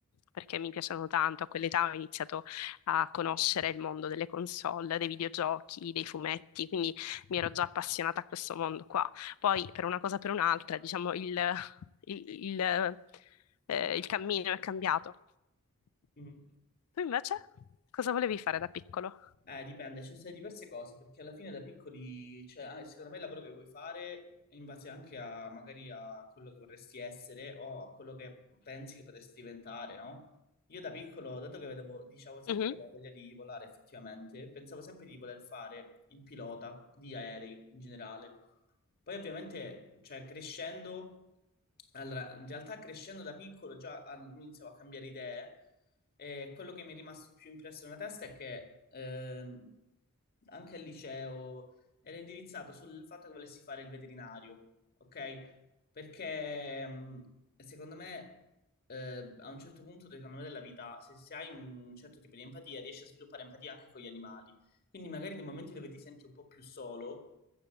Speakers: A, on the left; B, on the left.
A: perché mi piacciono tanto. A quell'età ho iniziato a conoscere il mondo delle console, dei videogiochi, dei fumetti, quindi mi ero già appassionata a questo mondo qua. Poi per una cosa o per un'altra, diciamo, il, il- il, eh, il cammino è cambiato.
B: Mhm.
A: Tu invece cosa volevi fare da piccolo?
B: Eh, dipende, ci sono state diverse cose, perché alla fine da piccoli, cioè, ah, secondo me il lavoro che vuoi fare è in base anche a magari a quello che vorresti essere o a quello che pensi che potresti diventare, no? Io da piccolo, dato che vedevo, dicevo sempre
A: Mhm,
B: che avevo voglia di volare effettivamente, pensavo sempre di voler fare il pilota di aerei in generale. Poi ovviamente, cioè, crescendo, allora, in realtà crescendo da piccolo già ah, iniziavo a cambiare idee e quello che mi è rimasto più impresso nella testa è che ehm, anche al liceo era indirizzato sul fatto che volessi fare il veterinario, ok? Perché mh, secondo me eh, a un certo punto secondo me, della vita, se, se hai un certo tipo di empatia, riesci a sviluppare empatia anche con gli animali. Quindi magari nei momenti dove ti senti un po' più solo